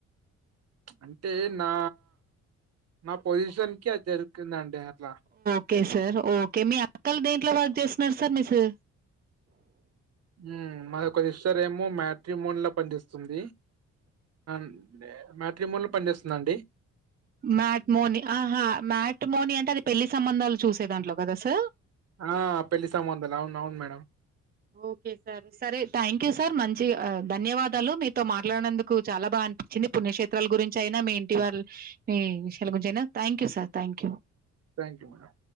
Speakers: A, on the right; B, on the right.
A: అంటే నా నా పొజిషన్ కి అది జరుగుందండి అట్లా
B: ఓకే సార్ ఓకే మీ అక్కలు దేంట్లో వర్క్ చేస్తున్నారు సార్ మీ స
A: ఉహ్మ్ మాదోక సిష్టార్ ఏమో మ్యాట్రిమొన్లా పన్దేస్తుంది. అమ్మ్ మ్యాట్రిమొన్ల పనిచేస్తుందండి.
B: మ్యాట్ మోని ఆహా మ్యాట్రీ మోని అంటే అది. పెళ్లి సంబంధాలు చూసే దాంట్లో వద సా
A: ఆ పెళ్లి సంమందల్ అవును అవును మేడం.
B: ఓకే సార్ సరే థ్యాంక్ యూ సార్ మం చి ఆహ్ ధన్యవాదాలు మీతో మాట్లాడినందుకు చాలా బాగా అనిపించింది. పుణ్యక్షేత్రాల గురించి అయినా మీ ఇంటి వాళ్ మీ విషయాల గురించి అయినా. Thank you sir, thank you.
A: Thank you madam.